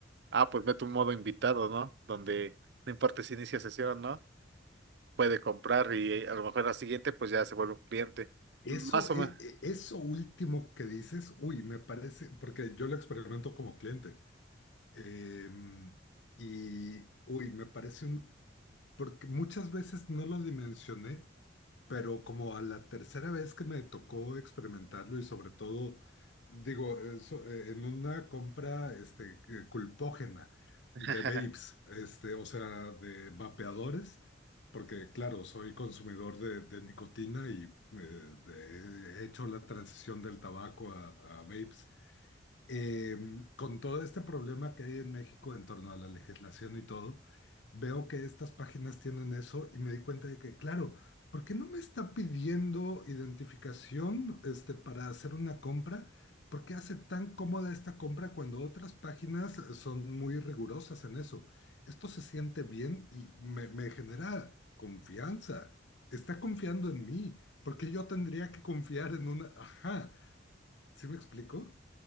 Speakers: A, on the right (about 60°); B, on the left (about 70°).
A: ah, pues meto un modo invitado, ¿no? Donde no importa si inicia sesión o no, puede comprar y eh, a lo mejor la siguiente, pues ya se vuelve un cliente.
B: Eso,
A: Más o
B: e-
A: menos.
B: e- eso último que dices, uy, me parece, porque yo lo experimento como cliente, em, y uy, me parece un, porque muchas veces no lo dimensioné, pero como a la tercera vez que me tocó experimentarlo y sobre todo, digo, eso, eh, en una compra este, eh, culpógena
A: <laughs>
B: de vapes, este, o sea, de vapeadores, porque claro, soy consumidor de, de nicotina y eh, de- he hecho la transición del tabaco a, a vapes eh, con todo este problema que hay en México en torno a la legislación y todo, veo que estas páginas tienen eso y me di cuenta de que, claro, ¿por qué no me está pidiendo identificación, este, para hacer una compra? ¿Por qué hace tan cómoda esta compra cuando otras páginas son muy rigurosas en eso? Esto se siente bien y me, me genera confianza. Está confiando en mí, porque yo tendría que confiar en una... Ajá, ¿sí me explico?